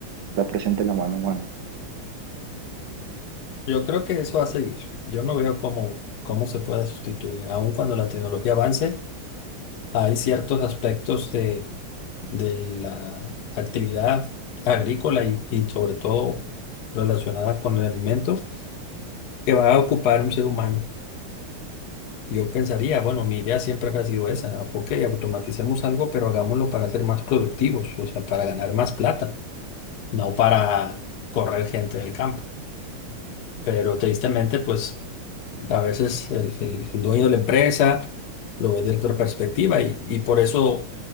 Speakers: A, on the right; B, on the left.
A: está presente la mano humana.
B: Yo creo que eso va a seguir. Yo no veo cómo, cómo se pueda sustituir, aun cuando la tecnología avance. Hay ciertos aspectos de, de la actividad agrícola y, y sobre todo relacionada con el alimento que va a ocupar un ser humano. Yo pensaría, bueno, mi idea siempre ha sido esa, ok, automaticemos algo, pero hagámoslo para ser más productivos, o sea, para ganar más plata, no para correr gente del campo. Pero tristemente, pues... A veces el, el dueño de la empresa lo ve desde otra perspectiva y, y por eso